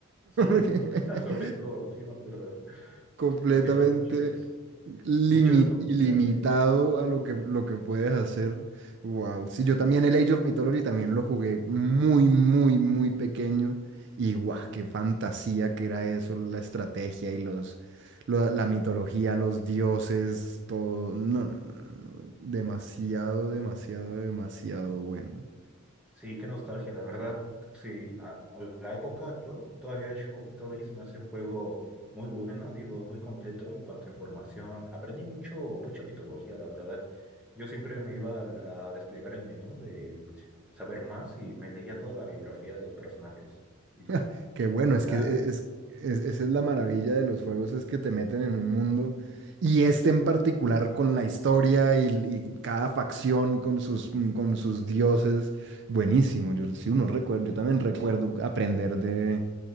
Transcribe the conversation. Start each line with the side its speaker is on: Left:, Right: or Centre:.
Centre: Sí,
Right: <laughs>
Centre: ¿no? <laughs> Sobre todo, sí me acuerdo.
Right: completamente
Centre: Hacíamos muchas,
Right: limi-
Centre: muchas locuras
Right: ilimitado
Centre: ahí.
Right: a lo que, lo que puedes hacer. Wow. Sí, yo también el Age of Mythology también lo jugué muy, muy, muy pequeño. Y guau, qué fantasía que era eso, la estrategia y los, lo- la mitología, los dioses, todo. No, no, no, no. no, Demasiado, demasiado, demasiado bueno.
Centre: Sí, qué nostalgia, la verdad. Sí, a, a la época actual, todavía Age of Mythology se me hace un juego muy bueno, digo, muy completo en cuanto a información. Aprendí mucho, mucha mitología, la verdad. Yo siempre me iba al- a, desplegar el menú de saber más y me leía toda la biografía de los personajes y
Right: <laughs> Qué
Centre: sus
Right: bueno,
Centre: habilidades.
Right: es que e-, es, es-
Centre: pues,
Right: esa es la maravilla de los juegos, es que te meten en un mundo y este en particular con la historia y, y cada facción con sus, con sus dioses, buenísimo. Yo, sí, uno recuer- yo también recuerdo aprender de,